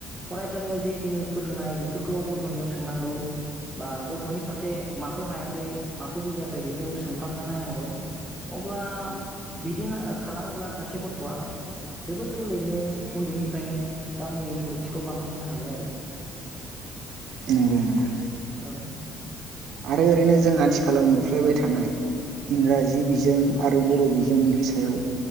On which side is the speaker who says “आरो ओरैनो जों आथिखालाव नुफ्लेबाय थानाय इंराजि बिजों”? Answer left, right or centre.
Right